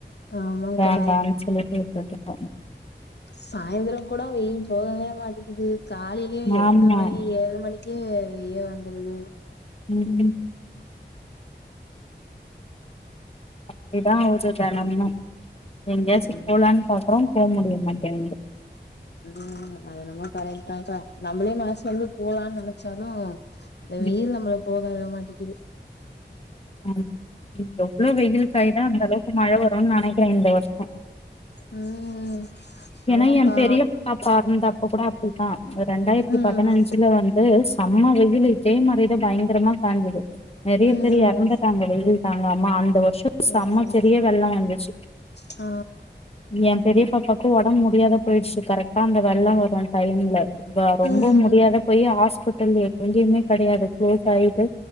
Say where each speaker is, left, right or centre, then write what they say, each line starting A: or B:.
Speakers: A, on the left; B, on the left.
A: ஆமாக்கா
B: வேண்டான்னு சொல்லிட்டு உட்டுட்டு ஆம்
A: சாய்ந்திரோ கூட வெயில் போகவே மாட்டேக்குது கால்லயு எட்டு
B: ஆமா
A: மணி ஏழு மணிக் ட்டு வெய வந்துருது
B: ம் ம் அப்டிதா அவுது தெனமோ எங்கயாச்சு
A: ம்
B: போலான்னு பாக்குறோம் போ முடிய மாடேன்து
A: ம் அது என்னமோ கரெக்டுதாகா நம்மளே மனசு வந்து போலானு நெனச்சாலோ இந்த வெயில்
B: ம்
A: நம்மள போக விட மாட்டிகுது
B: ஆமா எவ்ளோ வெயில் காயிதோ அந்த அளவுக்கு மழ வரோனு நெனைக்குற இந்த வருஷோ
A: ம்
B: ஏனா
A: ஆமாக்கா
B: எ பெரிய பாப்பா இருந்தப்ப கூட அப்டித்தா ரெண்டாயிரத்தி
A: ம்
B: பதினஞ்சுல வந்து சம்ம வெயிலு இதே மாறி தா பயங்கரமா காஞ்சது நெறய
A: ம்
B: பேரு இறந்துட்டாங்க வெயில் தாங்காமா அந்த வருஷோ செம்ம
A: ம்
B: பெரிய வெள்ளோ வந்துச்சு
A: ஆ
B: என் பெரிய பாப்பாக்கு உடம்பு முடியாத போயிடுச்சு கரெக்டா அந்த வெள்ளோ வரும் டைம்ல ரொம்ப
A: ம்
B: முடியாத போய் ஹாஸ்பிட்டல்ல எங்கியுமே கடையாது குளோஸ் ஆயிட்டு